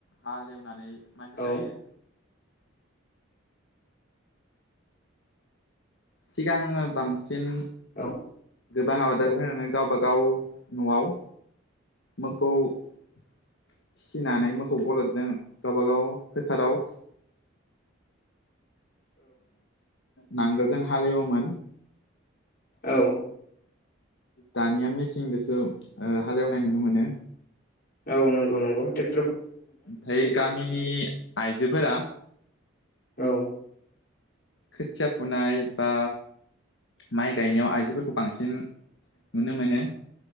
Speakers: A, on the left (about 60°); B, on the left (about 45°).
A: हालेवनानै माथो
B: औ
A: गायो सिगां बांसिन
B: औ
A: गोबां आबादारि होननानै गावबाागाव न'आव मोखौ फिसिनानै मोखौौ बलदजों गावबागाव फोथाराव नांगोलजों हालेवोमोन
B: औ
A: दानिया मेचं गोसो हालेवनाय नुनो मोनो
B: औ नंगौंौ ्रेक्
A: ओमफ्राय गामिनि आइजोफोरा
B: औ
A: खोथिया फुनाय बा माइ गायनायाव आइजोफोरखौ बांसिन नुनो मोनो